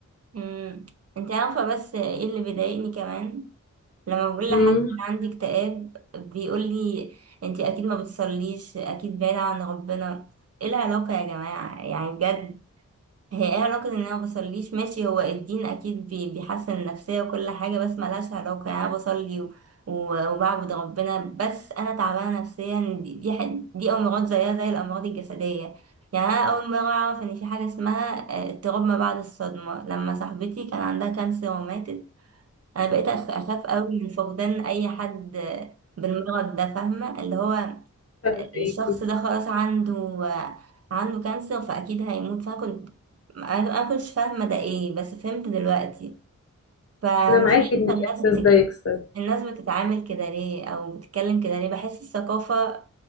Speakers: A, on the right; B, on the left.
A: امم انت عارفه بس ايه اللي بيضايقني كمان لما بقول
B: امم
A: لحد ان عندي اكتئاب بيقول لي انتي اكيد ما بتصليش اكيد بعيدة عن ربنا ايه العلاقة يا جماعة يعني بجد هي ايه علاقة ان انا ما بصليش ماشي هو الدين اكيد بي- بيحسن النفسية وكل حاجة بس ملهاش علاقة يعني انا بصلي و- و- وبعبد ربنا بس انا تعبانة نفسيا دي دي ح- دي امراض زيها زي الامراض الجسدية يعني انا اول مرة اعرف ان في حاجة اسمها آه، اضطراب ما بعد الصدمة لما صاحبتي كان عندها كانسر وماتت انا بقيت أخ- اخاف قوي من فقدان اي حد بالمرض ده فاهمه اللي هو
B: فاهماكي
A: الشخص ده خلاص عنده عنده كانسر فاكيد هيموت فانا كنت انا أنا كنتش فاهمه ده ايه بس فهمت دلوقتي فمش
B: انا معاكي ان
A: عارفه
B: الاحساس
A: الناس بتك...
B: ده يكسر
A: الناس بتتعامل كده ليه او بتتكلم كده ليه بحس الثقافه